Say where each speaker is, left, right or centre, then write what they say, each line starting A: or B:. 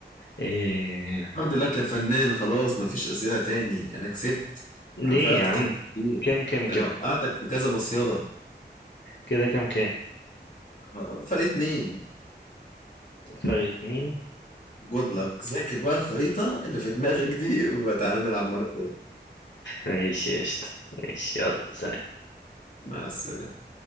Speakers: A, on the left; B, on the left.
A: إيه...
B: الحمد لله يا فنان خلاص مفيش أسئلة تاني انا كسبت
A: ليه
B: انا فرقت
A: يا عم
B: كده كتير
A: كام كام كده
B: ده انا وقعتك في كذا مصيدة
A: كده كام كام
B: آه، فرق اتنين
A: فرق اتنين
B: جود لك ذاكر بقى الخريطة اللي في دماغك دي وتعالى نلعب مرة تانية
A: ماشي يا قشطة ماشي يلا سلام
B: مع السلامة